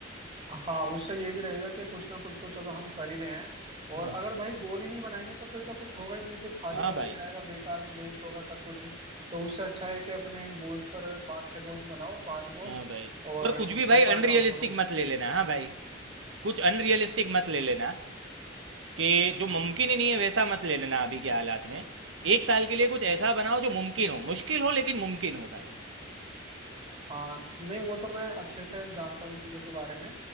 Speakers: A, on the right; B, on the right.
A: हाँ उससे ये भी रहेगा कि कुछ ना कुछ तो चलो हम कर ही रहे हैं
B: हम्म,
A: और अगर भाई गोल ही नहीं बनाएंगे तो फिर तो कुछ होगा ही नहीं फिर खाली
B: हाँ
A: वक्त
B: भाई
A: जाएगा बेकार में वेस्ट होगा सब कुछ तो उससे अच्छा है कि अपने गोल्स पर पांच छह गोल्स बनाओ पांच गोल
B: हाँ भाई
A: और
B: और कुछ
A: उसके
B: भी भाई
A: ऊपर
B: अनरियलिस्टिक
A: काम करो
B: मत ले लेना हाँ भाई कुछ अनरियलिस्टिक मत ले लेना कि जो मुमकिन ही नहीं है वैसा मत ले लेना अभी के हालात में एक साल के लिए कुछ ऐसा बनाओ जो मुमकिन हो मुश्किल हो लेकिन मुमकिन हो भाई
A: हाँ नहीं वो तो मैं अच्छे से जानता हूँ इन चीज़ों के बारे में